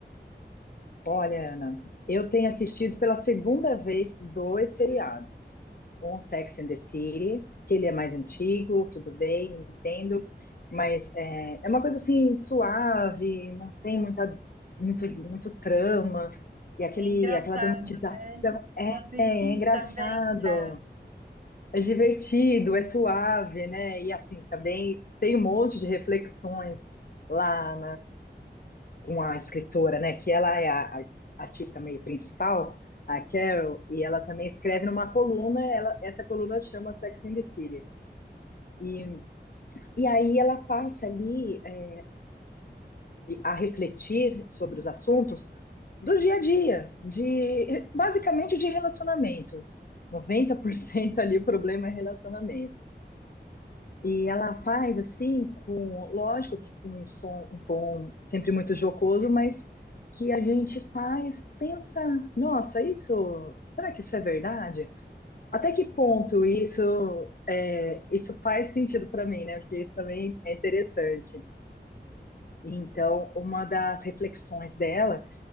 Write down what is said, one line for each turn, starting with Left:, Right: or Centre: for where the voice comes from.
Left: Olha, Ana, eu tenho assistido pela segunda vez dois seriados. Um Sex and the City, que ele é mais antigo, tudo bem, entendo, mas é, é uma coisa assim suave, não tem muita, muito, muito trama, e aquele,
Right: É engraçado,
Left: aquela dramatização
Right: né? Eu
Left: é,
Right: Assisti
Left: é engraçado,
Right: também já.
Left: é divertido, é suave, né? E assim, também tem um monte de reflexões lá com a escritora, né? Que ela é a, a artista meio principal, a Carol, e ela também escreve numa coluna, ela, essa coluna chama Sex and the City. E, e aí ela passa ali é, a refletir sobre os assuntos do dia a dia, de basicamente de relacionamentos. 90% ali o problema é relacionamento. E ela faz assim, com, lógico que com um som, um tom sempre muito jocoso, mas que a gente faz, pensa, nossa, isso, será que isso é verdade? Até que ponto isso é, isso faz sentido para mim, né? Porque isso também é interessante. Então, uma das reflexões dela